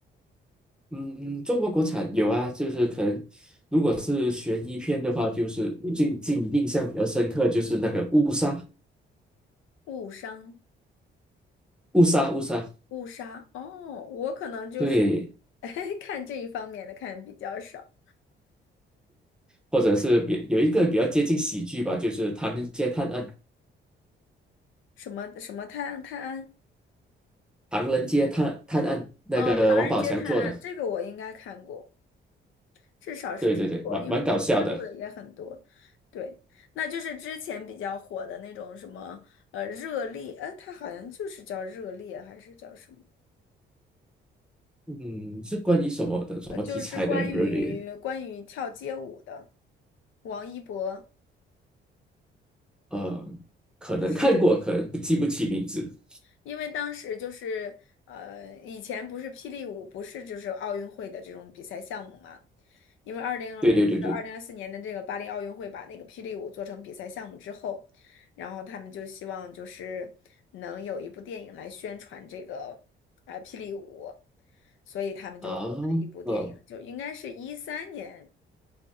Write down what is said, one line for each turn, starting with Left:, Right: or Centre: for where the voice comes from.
Centre: 嗯，中国国产有啊，就是可能如果是悬疑片的话，就是最近印象比较深刻就是那个误杀
Left: 误伤
Centre: 误杀误杀，
Left: 误杀？哦，我可能就是
Centre: 对，
Left: <laughs> 看这一方面的看比较少，
Centre: 或者是比有一个比较接近喜剧吧，就是《唐人街探案》，
Left: 什么什么探安探案
Centre: 《唐人街探探案》那个王宝强做的。
Left: 哦，《唐人街探案》这个我应该看过，至少是听过，
Centre: 对对对，蛮蛮搞笑的。
Left: 因为看过的也很多。对，那就是之前比较火的那种什么呃热烈，呃，它好像就是叫热烈还是叫什么？
Centre: 嗯，是关于什么的什么题材的热烈？
Left: 呃，就是关于关于跳街舞的王一博，
Centre: 呃，可能看过，
Left: 就是
Centre: 可能不记不起名字。
Left: 因为当时就是呃，以前不是霹雳舞不是就是奥运会的这种比赛项目嘛，因为二零就是二零二四年的这个巴黎奥运会把那个霹雳舞做成比赛项目之后，
Centre: 对对对对，
Left: 然后他们就希望就是能有一部电影来宣传这个呃霹雳舞，所以他们就做了一部电影，
Centre: 啊，呃，
Left: 就应该是一三年。